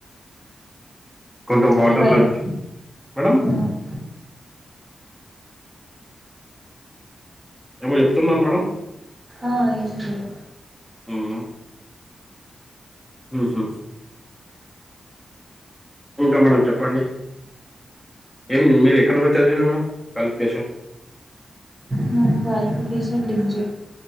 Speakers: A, in the centre; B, on the right.
A: కొంచెం వాటర్ల
B: మీ వైఫ్
A: మేడం
B: ఆహ్,
A: ఏమో చెప్తున్నారు మేడం
B: ఆ ఎం లేదు
A: ఉమ్ హ్ హ్ ఇంకా మేడం చెప్పండి ఏం మీరు ఎక్కడి వరకు చదివిర్రు మేడం క్వాలిఫికేషన్
B: నా క్వాలిఫికేషన్ డిగ్రీ